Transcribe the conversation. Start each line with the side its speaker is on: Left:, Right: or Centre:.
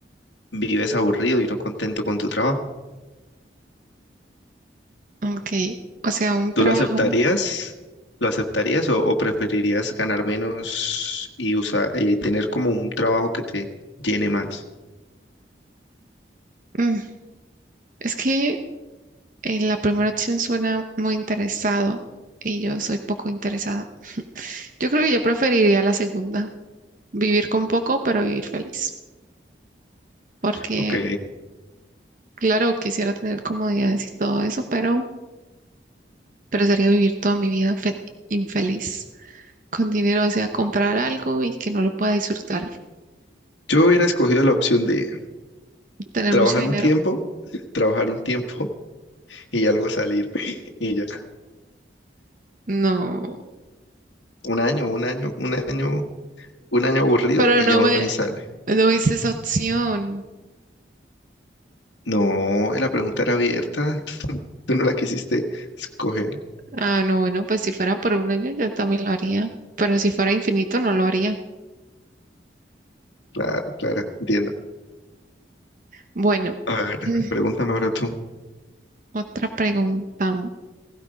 Left: vives aburrido y no contento con tu trabajo.
Right: Ok, o sea, un
Left: ¿Tú
Right: trabajo.
Left: lo aceptarías? ¿Lo aceptarías o, o preferirías ganar menos y usa- eh, tener como un trabajo que te llene más?
Right: mm, Es que En la primera opción suena muy interesado y yo soy poco interesada. Yo creo que yo preferiría la segunda, vivir con poco, pero vivir feliz, porque
Left: Ok,
Right: claro, quisiera tener comodidades y todo eso, pero, pero sería vivir toda mi vida fe- infeliz con dinero, o sea, comprar algo y que no lo pueda disfrutar.
Left: yo hubiera escogido la opción D.
Right: Tener
Left: trabajar
Right: mucho dinero,
Left: un tiempo, trabajar un tiempo <laughs> y ya luego salir. <laughs> Y ya.
Right: no,
Left: Un año, un año, un año, un año aburrido
Right: pero
Left: y
Right: no
Left: ya uno
Right: me,
Left: no se sale.
Right: no hice esa opción.
Left: No, la pregunta era abierta. <laughs> Tú, no la quisiste escoger.
Right: Ah, no, bueno, pues si fuera por un año yo también lo haría, pero si fuera infinito no lo haría.
Left: Claro, claro, entiendo.
Right: Bueno.
Left: A ver,
Right: <clears throat>
Left: pregúntame ahora tú.
Right: Otra pregunta.